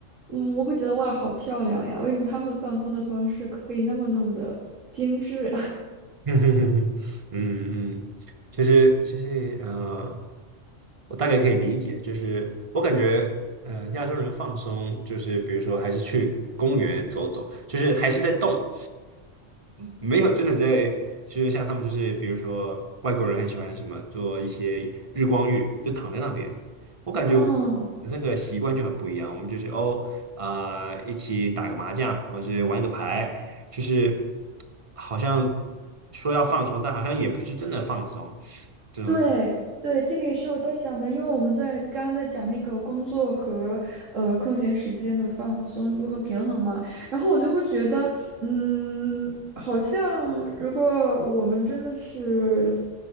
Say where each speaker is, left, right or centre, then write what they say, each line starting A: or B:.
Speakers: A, on the right; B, on the right.
A: 嗯，我会觉得哇，好漂亮呀！为什么他们放松的方式可以那么那么的精致
B: <laughs> 嗯哼哼哼，嗯嗯，就是就是呃，我大概可以理解，就是我感觉呃，亚洲人放松，就是比如说还是去公园走走，就是还是在动，没有真的在，就是像他们就是比如说外国人很喜欢什么做一些日光浴，就躺在那边，我感觉我
A: 啊 <laughs> 嗯，
B: 那个习惯就很不一样，我们就是哦啊、呃一起打个麻将，或是玩个牌，就是。好像说要放松，但好像也不是真的放松。这种，
A: 对对，这个也是我在想的，因为我们在刚刚在讲那个工作和呃空闲时间的放松如何平衡嘛，然后我就会觉得，嗯，好像如果我们真的是。